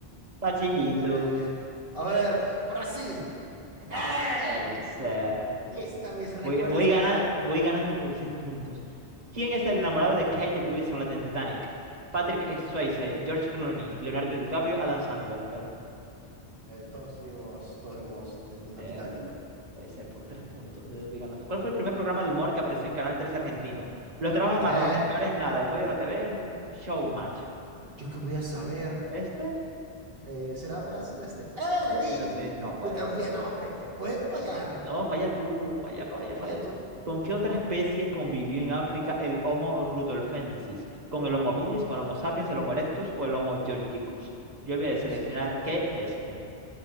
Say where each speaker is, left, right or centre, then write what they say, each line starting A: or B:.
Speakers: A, on the right (about 40°); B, on the right (about 65°).
A: Facilito.
B: Eh, a ver, Brasil.
A: No
B: ¡Eh!
A: puede ser.
B: <laughs> Listo, mis recuerdos
A: Voy, voy
B: me
A: ganan,
B: ayudaron.
A: voy ganando por seis puntos. ¿Quién es el enamorado de Kate Winslet en Titanic? Patrick Swayze, George Clooney, Leonardo DiCaprio, Adam Sandler. El
B: Eh, todos vimos, todos vimos eh, a
A: ser.
B: Titanic.
A: no Puede ser por tres puntos. eh, Voy ganando. ¿Cuál fue el primer programa de humor que apareció en Canal 3 argentino? Los trabajos de
B: ¿Qué?
A: marrones, peor es nada, el podio de la TV, Showmatch.
B: ¿Yo qué voy a saber?
A: ¿Este?
B: Eh, ¿será Brasil este? ¡Eh, le di!
A: Sí, no puede
B: <laughs> Tú también,
A: ser.
B: ah, hombre. Puedes fallar.
A: No, falla tú, falla, falla,
B: No, falla
A: falla.
B: tú.
A: ¿Con qué otra especie convivió en África el Homo rudolfensis? ¿Con el Homo habilis, con el Homo sapiens, el Homo erectus o el Homo georgicus? Yo
B: ¿Yo
A: voy
B: qué
A: a
B: voy
A: seleccionar
B: a saber?
A: que este,